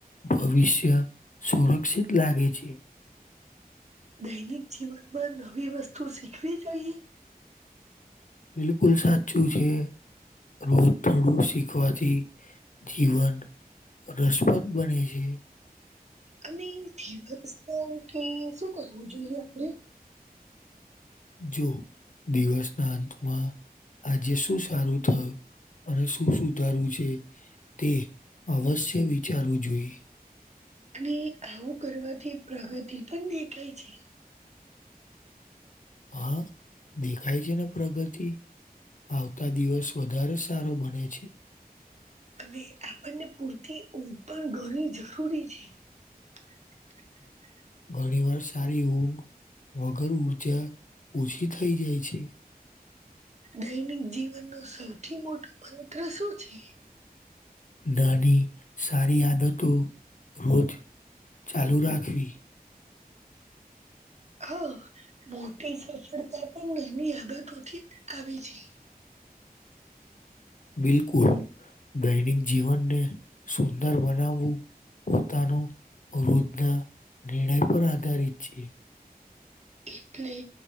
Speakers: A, on the left; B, on the right.
A: ભવિષ્ય સુરક્ષિત લાગે છે.
B: દૈનિક જીવનમાં નવી વસ્તુ શીખવી જોઈએ?
A: બિલકુલ સાચું છે. રોજ થડું શીખવાથી જીવન રસપદ બને છે.
B: અને દિવસ ના ઉઠી શું કરવું જોઈએ આપડે?
A: જો દિવસના અંતમાં આજે શું સારું થયું અને શું સુધારવું છે તે અવશ્ય વિચારવું જોઈએ.
B: અને આવું કરવાથી પ્રગતિ પણ દેખાય છે
A: હા દેખાય છે ને પ્રગતિ. આવતા દિવસ વધારે સારો બને છે.
B: અને આપણને પૂરતી ઉતણ ઘણી જરૂરી છે <inaudible>
A: ઘણી વાર સારી ઊંઘ વગર ઊર્જા ઓછી થઈ જાય છે.
B: દૈનિક જીવનનો સૌથી મોટો મંત્ર શું છે?
A: નાની સારી આદતો રોજ ચાલુ રાખવી.
B: હા, મોટી સફળતા પણ નાની આદતોથી આવી છે. <inaudible>
A: બિલકુલ દૈનિક જીવનને સુંદર બનાવવું પોતાનો રોજના નિર્ણય પર આધારિત છે.
B: એટલે